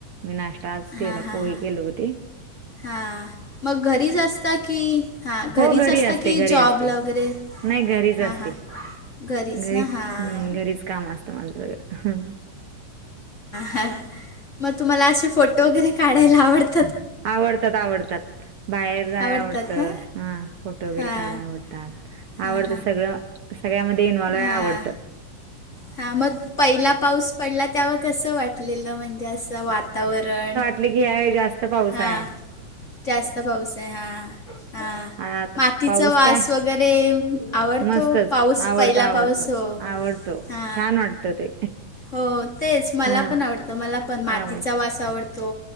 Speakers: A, on the right; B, on the left.
A: मी नाश्ताच केला
B: हां हां
A: पोही
B: हां
A: केल होती.
B: हां मग घरीच असता की हां
A: हो
B: घरीच
A: घरी
B: असता
A: असते
B: की
A: घरी
B: जॉबला
A: असते
B: वगैरे.
A: नाही घरीच
B: हां
A: असते
B: हां घरीच
A: घरीच्
B: ना हां
A: घरीच. काम अस्त माझं हम्.
B: ह मग तुम्हाला असे फोटो वगैरे काढायला आवडते.
A: आवडतात आवडतात बाहेर जाय
B: आवडतात
A: आवडतं,
B: ना
A: हा फोटो वगैरे
B: हां
A: काढाय आवडतात.
B: हां
A: आवडत
B: हां
A: सगळं सगळ्यामध्ये इन्वॉल्व आवडत
B: हां हां मग पहिला पाऊस पडला तेव्हा कसं वाटलेलं म्हणजे असं वातावरण
A: आपलं की जास्त पाऊस
B: हां
A: आहे
B: जास्त पाऊस आहे हा हा
A: आ
B: मातीचा
A: पाऊस
B: वास
A: काय
B: वगैरे आवडतो
A: मस्तच
B: पाऊस
A: आवडतो
B: पहिला
A: आवडतो.
B: पाऊस हो
A: आवडतो
B: हा
A: छान वाटत ते
B: हो तेच मला
A: हा
B: पण आवडतं, मला पण मातीचा
A: आवडत
B: वास आवडतो